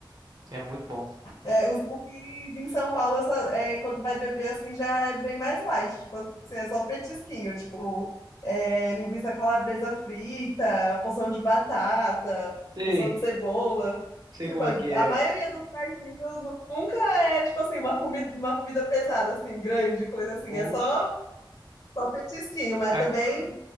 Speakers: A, on the right; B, on the left.
A: É muito bom.
B: É, os daqui em São Paulo, essa, é, quando vai beber, assim, já é bem mais light. Tipo assim, é só petisquinho. Tipo, é, linguiça calabresa frita, porção de batata,
A: Sei,
B: porção de cebola.
A: sei
B: Tipo,
A: como é que é.
B: a maioria dos barzinhos nunca é, tipo assim, uma comida, uma comida pesada, assim, grande, coisa assim. É
A: Oxe,
B: só, só petisquinho, mas
A: a-
B: também